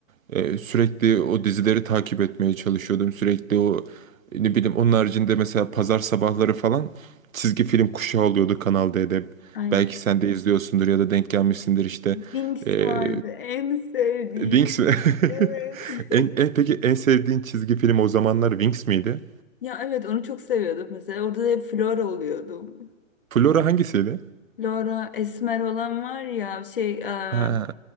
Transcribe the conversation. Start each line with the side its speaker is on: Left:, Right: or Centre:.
Right: Ee, sürekli o dizileri takip etmeye çalışıyordum. Sürekli o ne bileyim onun haricinde mesela pazar sabahları falan çizgi film kuşağı oluyordu Kanal D'de.
Left: Aynen.
Right: Belki sen de izliyorsundur ya da denk gelmişsindir işte.
Left: Winx
Right: Ee,
Left: vardı. En sevdiğim.
Right: Wings mi? <laughs>
Left: Evet. <laughs>
Right: En, en- peki en sevdiğin çizgi film o zamanlar Wings miydi?
Left: Ya evet onu çok seviyordum mesela. Orada da hep Flora oluyordum.
Right: Flora hangisiydi?
Left: Laura Esmer olan var ya şey e,
Right: Ha,